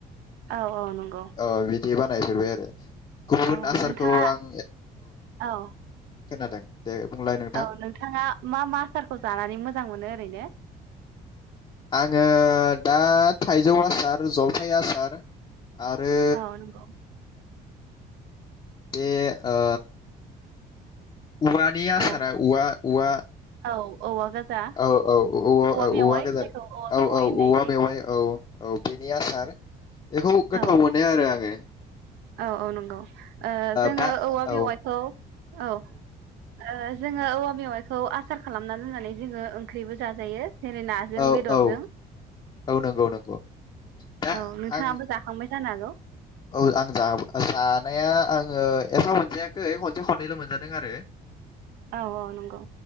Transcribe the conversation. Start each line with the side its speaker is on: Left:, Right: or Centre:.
Right: औ औ नं गौ
Left: औ बिदि बानायफेरबाय आरो गुबुन
Right: औ
Left: आसारखौ
Right: नोंथाङा
Left: आं
Right: औ ओ
Left: खोनादों दे बुंलाय नोंथां
Right: औ नोंथाङा मा मा आसारखौ जानानै मोजां मोनो ओरैनो
Left: आङो दा थाइजौ आसार जलफि आसार आरो
Right: औ नंगौ
Left: बे ओ औवानि
Right: औ
Left: आसारा औवा औवा
Right: औ औवा गाजा
Left: औ-औ-अ-आ-औ-औ
Right: मेवाइ
Left: औवा गोजान
Right: जायखौ औवा
Left: औ
Right: मेवाइ
Left: औ
Right: होननाय
Left: औवा
Right: जायो
Left: मेवाइ औ औ बिनि आसार बेखौ गोथाव
Right: औ
Left: मोनो आरो आङो
Right: औ औ नंगौ ओ जोङो
Left: बा
Right: औवा
Left: औ
Right: बेवाइखौ औ ओ जोङो औवा मेवाइखौ आसार खालामना दोन्नानै जोङो ओंख्रिबो जा जायो जेरै नाजों
Left: औ
Right: बेदरजों
Left: औ औ नंगौ नंगौ दा
Right: औ नोंथाङाबो
Left: आं
Right: जाखांबाय जानो हागौ
Left: औ आं <unintelligible> जानाया आं ओ एफा मोनजायाखै खनसे खननैल' मोनजादों आरो
Right: औ औ नंगौ